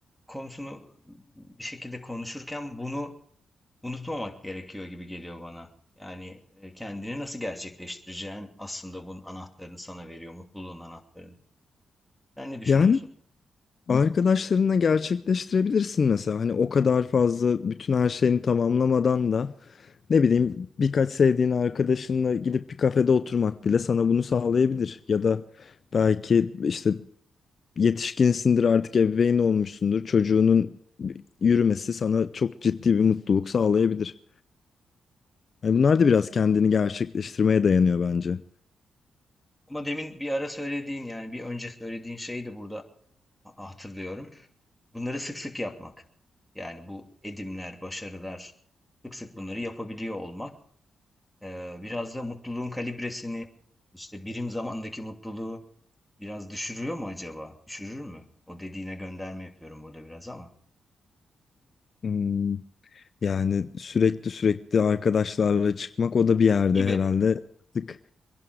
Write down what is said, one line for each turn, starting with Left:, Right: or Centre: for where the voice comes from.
Centre: konusunu bir şekilde konuşurken bunu unutmamak gerekiyor gibi geliyor bana. Yani e, kendini nasıl gerçekleştireceğin aslında bunun anahtarını sana veriyor, mutluluğun anahtarını. Sen ne düşünüyorsun?
Left: Yani arkadaşlarınla gerçekleştirebilirsin mesela. Hani o kadar fazla bütün her şeyini tamamlamadan da ne bileyim birkaç sevdiğin arkadaşınla gidip bir kafede oturmak bile sana bunu sağlayabilir. Ya da belki işte yetişkinsindir artık ebeveyn olmuşsundur. Çocuğunun yürümesi sana çok ciddi bir mutluluk sağlayabilir. Yani bunlar da biraz kendini gerçekleştirmeye dayanıyor bence.
Centre: Ama demin bir ara söylediğin yani bir önce söylediğin şeyi de burada ha- hatırlıyorum. Bunları sık sık yapmak. Yani bu edimler, başarılar sık sık bunları yapabiliyor olmak. e, biraz da mutluluğun kalibresini işte birim zamandaki mutluluğu biraz düşürüyor mu acaba? Düşürür mü? O dediğine gönderme yapıyorum burada biraz ama.
Left: Hmm. Yani sürekli sürekli arkadaşlarla çıkmak o da bir yerde
Centre: Gibi.
Left: herhalde artık